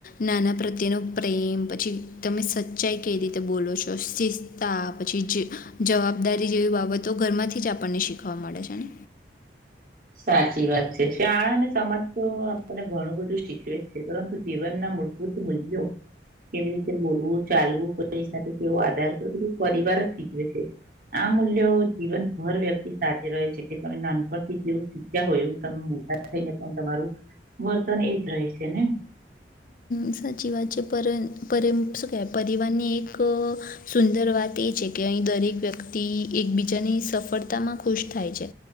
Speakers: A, on the left; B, on the right.
A: નાના પ્રત્યેનોો પ્રેમ પછી તમે સચ્ચાઈ ક. રી બોલો છો, સસ્તા પછી જવાબ જવાબદારી જેવી બાબતો ઘરમાંથી જ, આપણને શીખવા મળે છેને.
B: સાચી વાત છે, શાળા અને સમાજ તો આપને ઘણું બધું શીખવે જ છે, પરંતુ જીવનના પૂત મ્યો કેવી રીતે બોલવું ચાલવું કોઈ સાથે કેવો, આધાર કરો કે પરિવાર જ શીખવે છે. આ મૂલ્યો જીવનભર વ્યક્તિ સાથે રહે છે, કે તમે નાનપણથી જેવું <unintelligible> હોય એવું તમે મોટા થઈને, પણ તમારું વર્તન એજ રહે છેને.
A: સચી વાત પર પર પરિવાની એક સુંદર વાત, એ છે. કે અહીં, દરેક વ્યક્તિ એકબીજાની સફળતા માં ખુશ થાય છે.